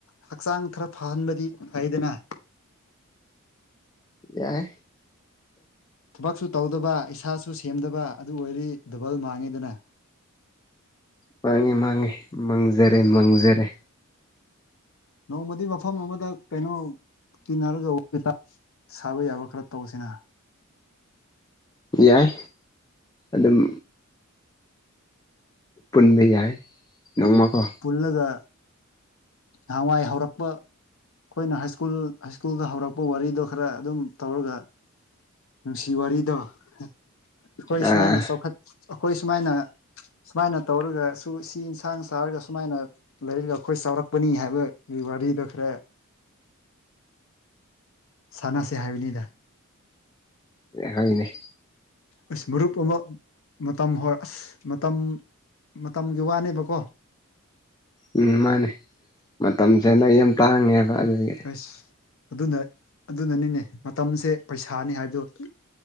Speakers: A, on the left; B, on the left.
A: ꯍꯛꯆꯥꯡ ꯈꯔ ꯐꯍꯟꯕꯗꯤ ꯐꯩꯗꯅ
B: ꯌꯥꯏ
A: ꯊꯕꯛꯁꯨ ꯇꯧꯗꯕ ꯏꯁꯥꯁꯨ ꯁꯨ ꯁꯦꯝꯗꯕ ꯑꯗꯨ ꯑꯣꯏꯔꯤ ꯗꯕꯜ ꯃꯥꯡꯉꯤꯗꯅ
B: ꯃꯥꯡꯉꯦ ꯃꯥꯡꯉꯤ ꯃꯥꯡꯖꯔꯦ ꯃꯥꯡꯖꯔꯦ
A: ꯅꯣꯡꯃꯗꯤ ꯃꯐꯝ ꯑꯃꯗ ꯀꯩꯅꯣ ꯇꯤꯟꯅꯔꯒ ꯁꯥꯕ ꯌꯥꯕ ꯈꯔ ꯇꯧꯕꯁꯤꯅ
B: ꯌꯥꯏ ꯑꯗꯨꯝ ꯄꯨꯟꯕ ꯌꯥꯏ ꯅꯣꯡꯃꯀꯣ
A: ꯄꯨꯜꯂꯒ ꯅꯍꯥꯟꯋꯥꯏ ꯍꯧꯔꯛꯄ ꯑꯩꯈꯣꯏꯅ ꯍꯥꯏ ꯁ꯭ꯀꯨꯜ ꯍꯥꯏ ꯁ꯭ꯀꯨꯜꯗ ꯍꯧꯔꯛꯄ ꯋꯥꯔꯤꯗꯣ ꯈꯔ ꯑꯗꯨꯝ ꯇꯧꯔꯒ ꯅꯨꯡꯁꯤ ꯋꯥꯔꯤꯗ ꯑꯩꯈꯣꯏ
B: ꯑꯥ
A: ꯁꯨꯃꯥꯏꯅ ꯆꯥꯎꯈꯠ ꯑꯩꯈꯣꯏ ꯁꯨꯃꯥꯏꯅ ꯁꯨꯃꯥꯏꯅ ꯇꯧꯔꯒꯁꯨ ꯁꯤ ꯏꯟꯁꯥꯡ ꯆꯥꯔꯒ ꯁꯨꯃꯥꯏꯅ ꯂꯩꯔꯒ ꯑꯩꯈꯣꯏ ꯆꯥꯎꯔꯛꯄꯅꯤ ꯍꯥꯏꯕꯒꯤ ꯋꯥꯔꯤꯗꯣ ꯈꯔ ꯁꯥꯟꯅꯁꯦ ꯍꯥꯏꯕꯅꯤꯗ꯫
B: ꯍꯅꯦ
A: ꯑꯁ ꯒꯔꯨꯞ ꯑꯃ ꯃꯇꯝ ꯍꯣꯏ ꯑꯁ ꯃꯇꯝ ꯃꯇꯝꯒꯤ ꯋꯥꯅꯦꯕꯀꯣ
B: ꯎꯝ ꯃꯥꯅꯦ ꯃꯇꯝꯁꯦꯅ ꯑꯩ ꯌꯥꯝ ꯇꯥꯡꯉꯦ ꯑꯥ ꯑꯗꯨꯒꯤ
A: ꯑꯁ ꯑꯗꯨꯅ ꯑꯗꯨꯅꯅꯤꯅꯦ ꯃꯇꯝꯁꯦ ꯄꯩꯁꯥꯅꯤ ꯍꯥꯏꯕꯗꯣ